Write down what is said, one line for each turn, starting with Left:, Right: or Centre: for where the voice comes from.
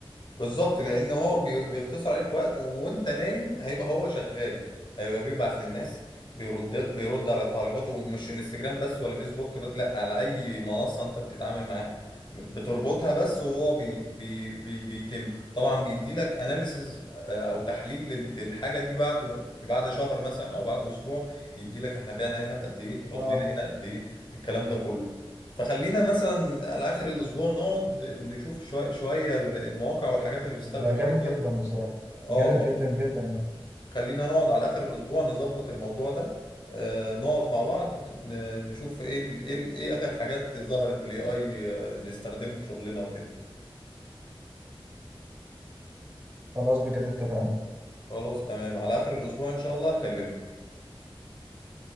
Left: بالظبط لان هو بي- بيختصر عليك وقت وانت نايم هيبقى هو شغال هيبقى بيبعت للناس بيرد بيرد على التعليقات ومش انستجرام بس ولا فيسبوك بس لا على اي منصة انت بتتعامل معاها بتربطها بس وهو بي بي بي بيتم طبعا بيديلك اناليسز او تحليل لل- للحاجة دي بعد بعد شهر مثلا او بعد اسبوع يديلك احنا بعنا هنا بقد ايه
Right: اه
Left: ردينا هنا قد ايه الكلام ده كله فخلينا مثلا على اخر الاسبوع نقعد نشوف شويه شويه المواقع والحاجات اللي بتستخدم
Right: ده جامد
Left: الاي
Right: جدا
Left: اي
Right: بصراحة
Left: اه
Right: جامد
Left: آه.
Right: جدا جدا
Left: خلينا نقعد على اخر الاسبوع نظبط الموضوع ده آه نقعد مع بعض ن- نشوف ايه ال ايه ال ايه اخر حاجات ظهرت من الاي اي نستخدمها في شغلنا وكده
Right: خلاص بجد اتفقنا
Left: خلاص تمام على اخر الاسبوع ان شاء الله هكلمك